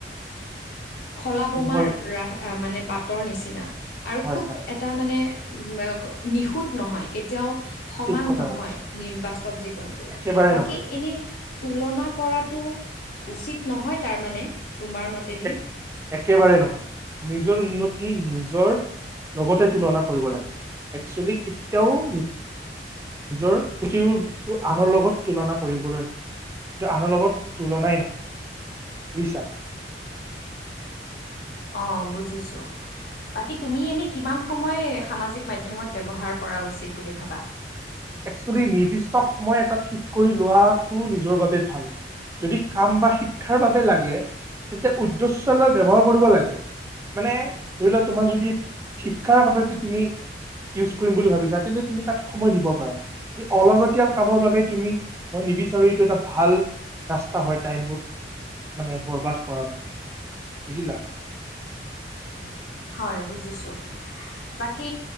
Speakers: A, on the left; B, on the right.
A: খলা বমা
B: উম, হয়
A: ৰা আহ মানে বাটৰ নিচিনা আৰু
B: হয়
A: খুব
B: হয়
A: এটা মানে, উম নিখুঁত নহয় কেতিয়াও সমান
B: ঠিক কথা
A: নহয়
B: কৈছে
A: নি বাস্তৱ জীৱনটো
B: একেবাৰে
A: বাকী
B: নহয়
A: এনেই তুলনা কৰাটো টো উচিত নহয় তাৰ মানে তোমাৰ মতেদি
B: এক- একেবাৰে নহয় নিজৰ উন্নতি নিজৰ লগতে তুলনা কৰিব লাগে একচুৱেলি কেতিয়াও নিজৰ প্ৰতিটো বস্তু আনৰ লগত তুলনা কৰিবলৈ নহয় কেতিয়াও আনৰ লগত তুলনাই নহয় বুজিছা।
A: <inaudible> অ বুজিছো। বাকী তুমি এনে কিমান সময় সামাজিক মাধ্যমত ব্যবহাৰ কৰা। উচিত বুলি ভাবা।
B: একচুৱেলি নিৰ্দিষ্ট সময় এটা ঠিক কৰি লোৱাটো নিজৰ বাবে ভাল। যদি কাম বা শিক্ষাৰ বাবে লাগে তেন্তে উদ্দেশ্য লৈ ব্যবহাৰ কৰিব লাগে। মানে ধৰি লোৱা তোমাৰ যদি শিক্ষাৰ বাবে তুমি ইউজ কৰিম বুলি ভাবিছা তেন্তে তুমি তাত সময় দিব অলাগতিয়াল কামৰ বাবে তুমি মই নিবিচাৰোঁ এইটো এটা ভাল ৰাস্তা হয় টাইমবোৰ মানে বৰবাদ কৰাৰ বাবে বুজিলা।
A: <inaudible> হয় বুজিছো, বাকি